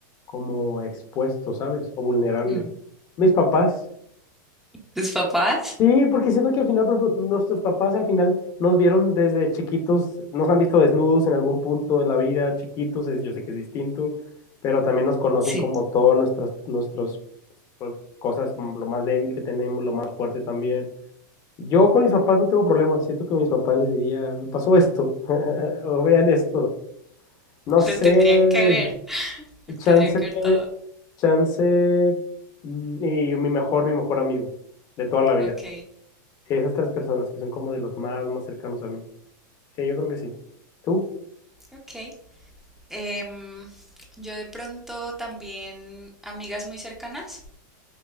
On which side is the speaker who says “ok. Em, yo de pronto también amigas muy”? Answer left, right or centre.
Centre